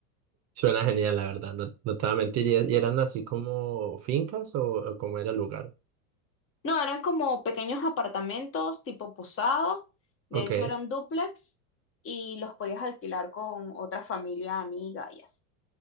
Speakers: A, on the right; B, on the left.
A: Suena genial, la verdad, no, no te voy a mentir. ¿Y, y eran así como fincas o, o cómo era el lugar?
B: No, eran como pequeños apartamentos tipo posado,
A: Ok,
B: de hecho eran dúplex y los podías alquilar con otra familia amiga y así.